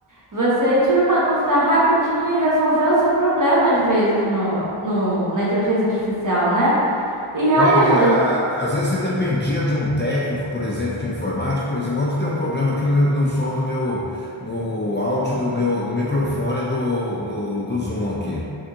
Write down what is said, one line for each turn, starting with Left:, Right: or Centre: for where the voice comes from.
Right: Você tira uma dúvida rapidinho e resolveu o seu problema, às vezes, no, no- na inteligência artificial, né? E realmente
Left: É,
Right: ela.
Left: é, a- às vezes você dependia de um técnico, por exemplo, de informática. Por exemplo, ontem tem um problema aqui no, meu- no som do meu, no áudio do meu, no microfone do, do, do Zoom aqui.